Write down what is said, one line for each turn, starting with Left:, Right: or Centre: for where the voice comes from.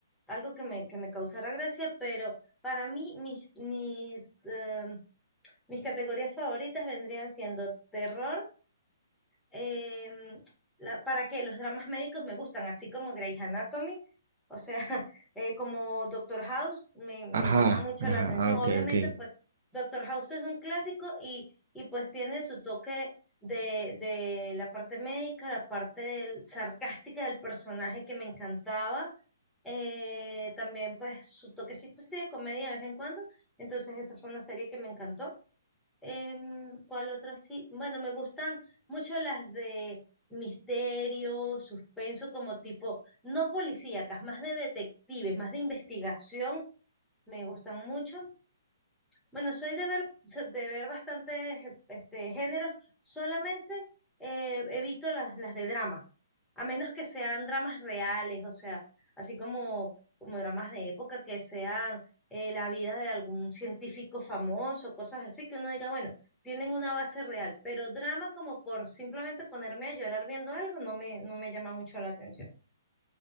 Centre: algo que me, que me causara gracia, pero para mí mis, mis, eh, mis categorías favoritas vendrían siendo terror, eh, la- ¿para qué? Los dramas médicos me gustan, así como Grey's Anatomy, o sea, <laughs> eh, como Doctor House, me, me
Right: Ajá,
Centre: llama mucho
Right: ajá,
Centre: la atención.
Right: ah, ok,
Centre: Obviamente,
Right: ok.
Centre: pues Doctor House es un clásico y, y pues tiene su toque de, de la parte médica, la parte del- sarcástica del personaje que me encantaba. eh, también pues su toquecito así de comedia de vez en cuando. Entonces esa fue una serie que me encantó. Em, ¿cuál otra sí? Bueno, me gustan mucho las de misterio, suspenso, como tipo, no policíacas, más de detectives, más de investigación, me gustan mucho. Bueno, soy de ver, se- de ver bastantes este, géneros, solamente eh, evito las, las de drama, a menos que sean dramas reales, o sea, así como, como dramas de época, que sean eh, la vida de algún científico famoso, cosas así, que uno diga, bueno, tienen una base real, pero drama como por simplemente ponerme a llorar viendo algo no me, no me llama mucho la atención.